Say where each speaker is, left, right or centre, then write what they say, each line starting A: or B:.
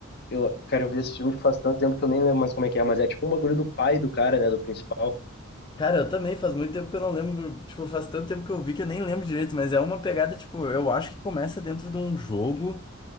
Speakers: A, on the left (about 50°); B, on the left (about 20°).
A: Eu, cara, eu vi esse filme faz tanto tempo que eu nem lembro mais como é que é, mas é tipo um bagulho do pai do cara, né, do principal.
B: Cara, eu também faz muito tempo que eu não lembro. Tipo, faz tanto tempo que eu vi que eu nem lembro direito, mas é uma pegada, tipo, eu acho que começa dentro de um jogo.